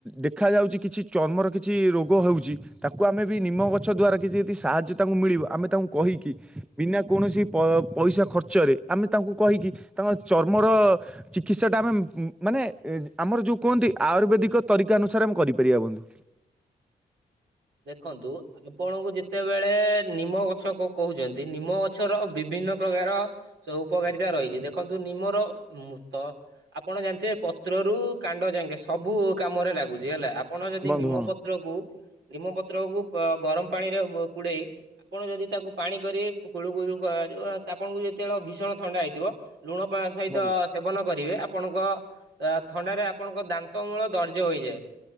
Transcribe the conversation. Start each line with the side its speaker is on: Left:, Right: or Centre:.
Centre: ଦେଖାଯାଉଛି କିଛି ଚର୍ମର କିଛି ରୋଗ ହେଉଛି ତାକୁ ଆମେ ବି ନିମ ଗଛ ଦ୍ଵାରା କିଛି ଯଦି ସାହାଯ୍ୟ ତାଙ୍କୁ ମିଳିବ ଆମେ ତାଙ୍କୁ କହିକି ବିନା କୌଣସି ପ ପଇସା ଖର୍ଚ୍ଚରେ ଆମେ ତାଙ୍କୁ କହିକି ତାଙ୍କ ଚର୍ମର ଚିକିତ୍ସାଟା ଆମେ ମାନେ ଏ ଆମର ଯୋଉ କୁହନ୍ତି ଆୟୁର୍ବେଦିକ ତରିକା ଅନୁସାରେ ଆମେ କରିପାରିବା ବନ୍ଧୁ।
Right: ଦେଖନ୍ତୁ ଆପଣଙ୍କୁ ଯେତେବେଳେ ନିମ ଗଛ କ କହୁଛନ୍ତି ନିମ ଗଛର ବିଭିନ୍ନ ପ୍ରକାର ସେ ଉପକାରିତା ରହିଛି ଦେଖନ୍ତୁ ନିମର ତ ଆପଣ ଜାଣିଥିବେ ପତ୍ରରୁ କାଣ୍ଡ ଯାଙ୍କେ ସବୁ କାମରେ ଲାଗୁଛି ହେଲା ଆ ଆପଣ ଯଦି
Centre: ବନ୍ଧୁ
Right: ନିମପତ୍ରକୁ
Centre: ହଁ
Right: ନିମ ପତ୍ରକୁ ଗରମ ପା ପାଣିରେ ପୁଡେଇ ଆପଣ ଯଦି ତାକୁ ପାଣି କରିକି କୁଳୁକୁଳୁ କରିବ ଆପଣଙ୍କୁ ଯେତେବେଳେ ଭୀଷଣ ଥଣ୍ଡା ହେଇଥିବ ଲୁଣ ପା ସହିତ
Centre: ବନ୍ଧୁ
Right: ସେବନ କରିବେ ଆପଣଙ୍କ ଅ ଥଣ୍ଡାରେ ଆପଣଙ୍କ ଦାନ୍ତ ମୂଳ ଦର୍ଜ ହୋଇଯାଏ।